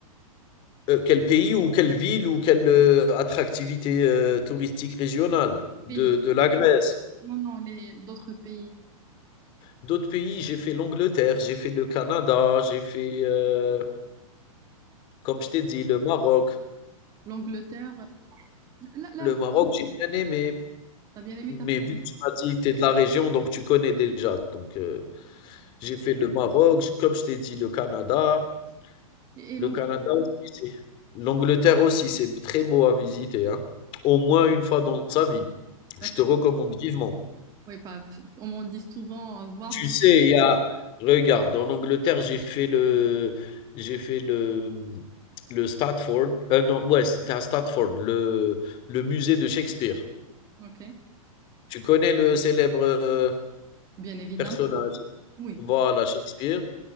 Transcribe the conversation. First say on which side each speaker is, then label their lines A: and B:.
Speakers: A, on the left; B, on the right.
A: Heu, quel pays ou quelle ville ou quelle, heu, attractivité, heu, touristique régionale de
B: Pays.
A: de la Grèce?
B: Non, non, les d'autres pays.
A: D'autres pays, j'ai fait l'Angleterre, j'ai fait le Canada, j'ai fait, heu, comme je t'ai dit, le Maroc.
B: L'Angleterre, là, là,
A: Le Maroc, j'ai bien aimé,
B: t'as bien aimé,
A: mais
B: t'as
A: vu que tu m'as dit: que «Tu es de la région, donc tu connais déjà». Donc, heu, j'ai
B: fait.
A: fait le Maroc, j comme je t'ai dit, le Canada.
B: Et, et
A: Le Canada aussi, c'est l'Angleterre aussi, c'est très beau à visiter, hein, au moins une fois dans sa vie.
B: l'Angleterre,
A: Je te recommande vivement.
B: oui, pas, comme on dit souvent, euh, voir,
A: Tu
B: voir.
A: sais, il y a regarde, en Angleterre, j'ai fait le j'ai fait le, mmh, le Stratford, heu, non, ouais, c'était à Stratford, le le musée de Shakespeare.
B: ok,
A: Tu connais le célèbre, heu,
B: bien évidemment,
A: personnage?
B: oui,
A: Voilà, Shakespeare.